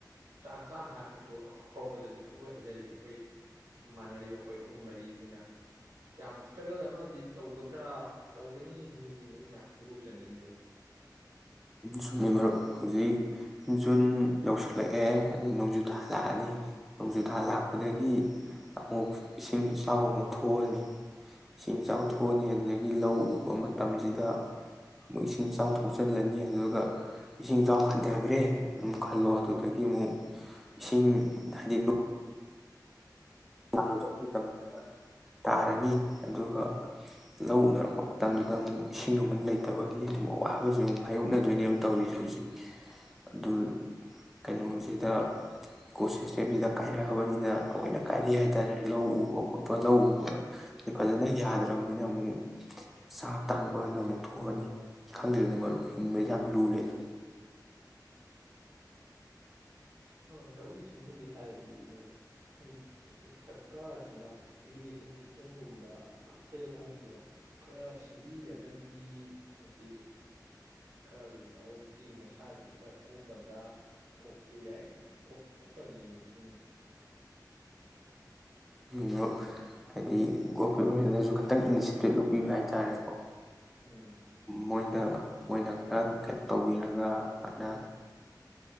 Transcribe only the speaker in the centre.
ꯁꯨꯝꯒꯤ ꯃꯔꯛ ꯍꯧꯖꯤꯛ ꯖꯨꯟ ꯌꯧꯁꯤꯜꯂꯛꯑꯦ ꯑꯗꯨ ꯅꯣꯡꯖꯨꯊꯥ ꯂꯥꯛꯑꯅꯤ ꯅꯣꯡꯖꯨ ꯊꯥ ꯂꯥꯛꯄꯗꯒꯤ ꯑꯃꯨꯛ ꯏꯁꯤꯡ ꯏꯆꯥꯎ ꯑꯃꯨꯛ ꯊꯣꯛꯑꯅꯤ ꯏꯁꯤꯡ ꯏꯆꯥꯎ ꯊꯣꯛꯑꯅꯤ ꯑꯗꯨꯗꯒꯤ ꯂꯧ ꯎꯕ ꯃꯇꯝꯁꯤꯗ ꯑꯃꯨꯛ ꯏꯁꯤꯡ ꯏꯆꯥꯎ ꯊꯣꯛꯆꯤꯜꯂꯅꯤ ꯑꯗꯨꯒ ꯏꯁꯤꯡ ꯏꯆꯥꯎ ꯍꯟꯊꯈ꯭ꯔꯦ ꯑꯗꯨꯝ ꯈꯜꯂꯣ ꯑꯗꯨꯗꯒꯤ ꯑꯃꯨꯛ ꯏꯁꯤꯡ ꯍꯥꯏꯗꯤ ꯇꯥꯔꯨꯗꯕ ꯃꯇꯝꯗꯅ ꯇꯥꯔꯅꯤ ꯑꯗꯨꯒ ꯂꯧ ꯎꯅꯔꯛꯄ ꯃꯇꯝꯗꯨꯗ ꯑꯃꯨꯛ ꯏꯁꯤꯡ ꯑꯃꯨꯛ ꯂꯩꯇꯕꯒꯤ ꯑꯃꯨꯛ ꯑꯋꯥꯕꯁꯤ ꯑꯃꯨꯛ ꯃꯥꯏꯌꯣꯛꯅꯗꯣꯏꯅꯦꯕ ꯇꯧꯔꯤꯁꯦ ꯍꯧꯖꯤꯛ ꯑꯗꯨ ꯀꯩꯅꯣꯁꯤꯗ ꯏꯀꯣ ꯁꯤꯁꯇꯦꯝꯁꯤꯗ ꯀꯥꯏꯔꯛꯑꯕꯅꯤꯅ ꯂꯣꯏꯅ ꯀꯥꯏꯔꯤ ꯍꯥꯏꯇꯥꯔꯦ ꯂꯧ ꯎꯕ ꯈꯣꯠꯄ ꯂꯧ ꯎꯕꯁꯦ ꯐꯖꯅ ꯌꯥꯗ꯭ꯔꯕꯅꯤꯅ ꯑꯃꯨꯛ ꯆꯥꯛ ꯇꯥꯡꯕꯅ ꯑꯃꯨꯛ ꯊꯣꯛꯑꯅꯤ ꯈꯪꯗ꯭ꯔꯦꯗꯅ ꯃꯔꯨ ꯍꯤꯡꯕꯁꯦ ꯌꯥꯝ ꯂꯨꯔꯦꯗ
ꯅ ꯍꯥꯏꯗꯤ ꯒꯣꯃꯦꯟꯃꯦꯟꯅꯁꯨ ꯈꯤꯇꯪ ꯏꯅꯤꯁꯦꯇꯤꯞ ꯂꯧꯕꯤꯕ ꯍꯥꯏꯇꯥꯔꯦꯀꯣ
ꯃꯣꯏꯗ ꯃꯣꯏꯅ ꯈꯔ ꯀꯩꯅꯣ ꯇꯧꯕꯤꯔꯒ ꯑꯗꯨꯅ